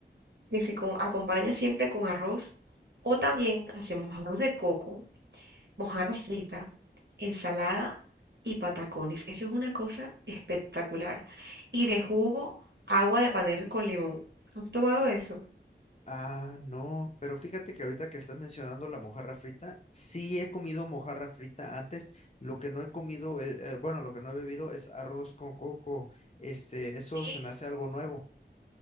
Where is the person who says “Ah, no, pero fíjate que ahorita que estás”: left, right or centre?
Left